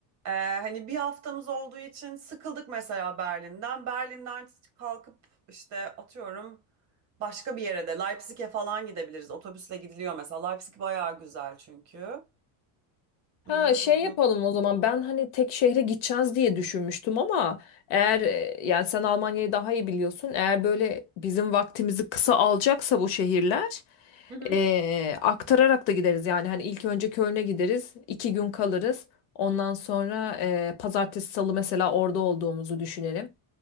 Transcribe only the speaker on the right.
E, hani bir haftamız olduğu için sıkıldık mesela Berlin'den. Berlin'den kalkıp işte atıyorum başka bir yere de Leipzig'e falan gidebiliriz. Otobüsle gidiliyor mesela. Leipzig bayağı güzel çünkü.
Hmm.
Hı hı.